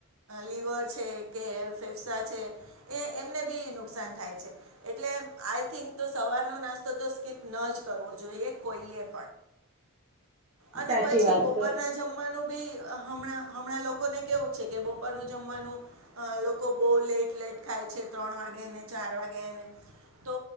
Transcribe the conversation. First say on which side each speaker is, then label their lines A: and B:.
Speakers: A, on the right (about 70°); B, on the right (about 30°).
A: લિવર છે કે ફેફસા છે એ એમને બી નુકસાન થાય છે એટલે આઈ થિંક તો સવા અારનો નાસ્તો તો સ્કીપ ન જ કરવો જોઈએ કોઈએ અને
B: સાચી
A: પછી
B: વાત
A: બપોરના
B: કરી
A: જમવાનું બી હમણાં હમણાં લોકોને કેવું છે કે બપરનું જમવાનું. લોકો બહુ લેટ લેટ ખાય છે ત્રણ વાગે ને ચાર વાગે એને. તો